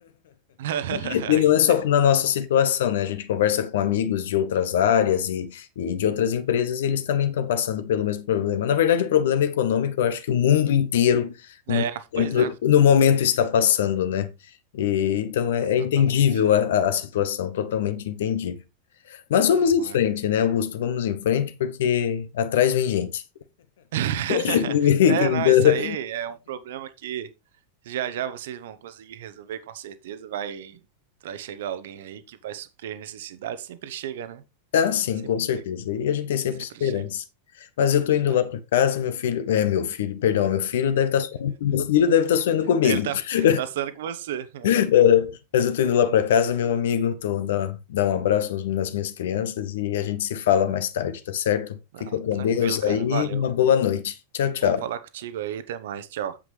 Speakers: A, on the right; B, on the left.
A: <laughs>
B: E não
A: Entendo.
B: é só na nossa situação, né? A gente conversa com amigos de outras áreas e, e de outras empresas e eles também estão passando pelo mesmo problema. Na verdade, o problema econômico, eu acho que o mundo inteiro no
A: É,
B: momento,
A: pois é.
B: no momento está passando, né? E, então
A: Exatamente.
B: é, é entendível a, a- a situação, totalmente entendível. Mas vamos
A: Hum,
B: em frente, né, Augusto? Vamos em frente, porque atrás vem gente.
A: <laughs>
B: <laughs>
A: É,
B: Quem
A: não,
B: dera.
A: isso aí é um problema que já já vocês vão conseguir resolver com certeza. Vai, vai chegar alguém aí que vai suprir a necessidade. Sempre chega, né?
B: Ah, sim,
A: Sempre
B: com certeza.
A: chega,
B: E a gente tem sempre
A: sempre
B: esperança.
A: chega.
B: Mas eu tô indo
A: Ah,
B: lá para casa, meu filho, é meu filho, perdão, meu filho deve estar sonhando, meu filho deve estar sonhando comigo.
A: Ele
B: <laughs>
A: tá, tá sendo com você.
B: É, mas eu tô indo lá para casa, meu amigo, tô dá, dá um abraço nos- nas minhas crianças e a gente se fala mais tarde, tá certo?
A: Não,
B: Fica com
A: tranquilo,
B: Deus
A: cara.
B: aí,
A: Valeu.
B: uma boa noite. Tchau, tchau.
A: Bom falar contigo aí. Até mais. Tchau.